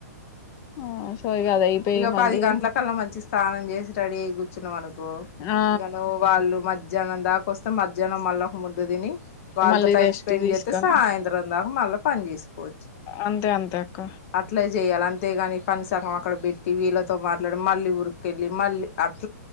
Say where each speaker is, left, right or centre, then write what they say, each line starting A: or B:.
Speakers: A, on the left; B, on the left.
A: ఆ సో ఇగ అది అయిపోయి
B: ఇక
A: మళ్ళీ
B: పది గంటల కల్లా మంచి స్నానం చేసి స్టడీగ కూర్చున్నం అన్
A: ఆ
B: ఇగ నువ్వు వాళ్ళు మధ్యాహ్నం దాకాస్తే మధ్యాహ్నం మళ్ళ ముద్ద తిని వాళ్ళతో
A: మళ్ళీ
B: టైమ్
A: రెస్ట్
B: స్పెండ్
A: తీసుకొని
B: చేస్తే సాయంత్రం దాక మళ్ళా పని చేసుకోవచ్చు
A: అంతే అంతే అక్క
B: అట్ల జెయ్యాలం అంతే గాని పని సగం అక్కడ పెట్ టీ వీళ్లతో మాట్లాడం మళ్ళీ ఉరిక్ లిమాల అ <unintelligible>